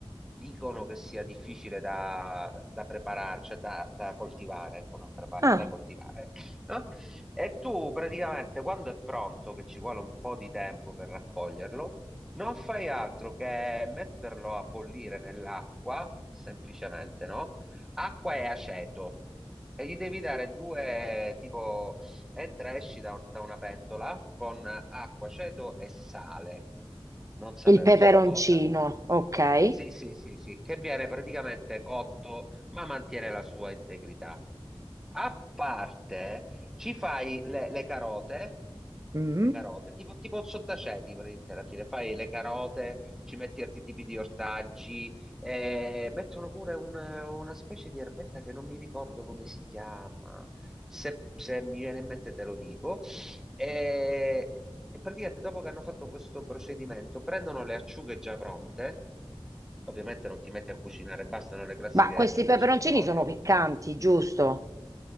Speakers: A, in the centre; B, on the right.
A: dicono che sia difficile da, da preparare, cioè da, da coltivare, ecco, non preparare,
B: Ah,
A: da coltivare, no? E tu praticamente quando è pronto, che ci vuole un po' di tempo per raccoglierlo, non fai altro che metterlo a bollire nell'acqua, semplicemente, no? acqua e aceto e gli devi dare due, tipo, entra e esci da, da una pentola con acqua, aceto e sale. Non sapevo
B: il peperoncino,
A: sta cosa.
B: ok.
A: Sì, sì, sì, sì, che viene praticamente cotto, ma mantiene la sua integrità. A parte, ci fai le, le carote
B: Mm.
A: le carote, tipo, tipo il sottaceti praticamente alla fine, fai le carote, ci metti altri tipi di ortaggi, eh, mettono pure una, una specie di erbetta che non mi ricordo come si chiama, se, se mi viene in mente te lo dico, e, e praticamente dopo che hanno fatto questo procedimento prendono le acciughe già pronte, ovviamente non ti metti a cucinare, bastano le classiche
B: Ma questi
A: acciughe
B: peperoncini
A: sott'olio,
B: sono piccanti, giusto?